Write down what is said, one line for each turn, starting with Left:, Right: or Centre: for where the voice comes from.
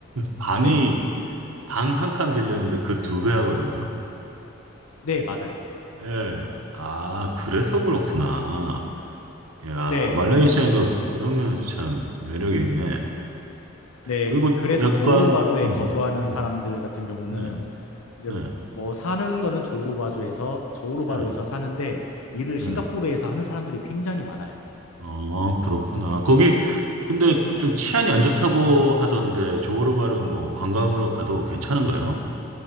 Right: 방이,
Left: 네.
Right: 방 한 칸 빌리는데 그 두 배 하거든요.
Left: 네, 맞아요.
Right: 예. 아, 그래서 그렇구나. 야,
Left: 네.
Right: 말레이시아가 그런 면에서 참 매력이 있네.
Left: 네,
Right: 그리고
Left: 그래서
Right: 약간
Left: 조호르바루에
Right: 음,
Left: 거주하는
Right: 음,
Left: 사람들 같은 경우는
Right: 네,
Left: 이제
Right: 네,
Left: 뭐 사는 거는 조호르바주에서 조호르바루에서
Right: 네,
Left: 사는데 일을
Right: 네.
Left: 싱가포르에서 하는 사람들이 굉장히 많아요.
Right: 어, 그렇구나. 거기 근데 좀 치안이 안 좋다고 하던데 조호르바르 뭐 관광으로 가도 괜찮은가요?